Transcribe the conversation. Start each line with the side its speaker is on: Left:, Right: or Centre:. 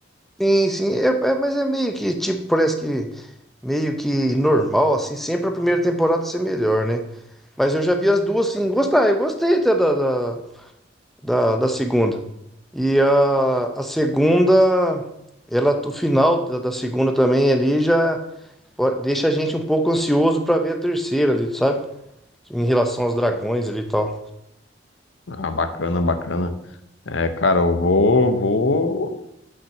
Centre: Sim, sim, é, é- mas é meio que, tipo, parece que meio que normal, assim, sempre a primeira temporada ser melhor, né? Mas eu já vi as duas, assim, gostar, eu gostei até da, da, da, da segunda. E a, a segunda, ela, o final da, da segunda também ali já. po- deixa a gente um pouco ansioso pra ver a terceira ali, sabe? Em relação aos dragões ali e tal.
Left: Ah, bacana, bacana. É, cara, eu vou, vou.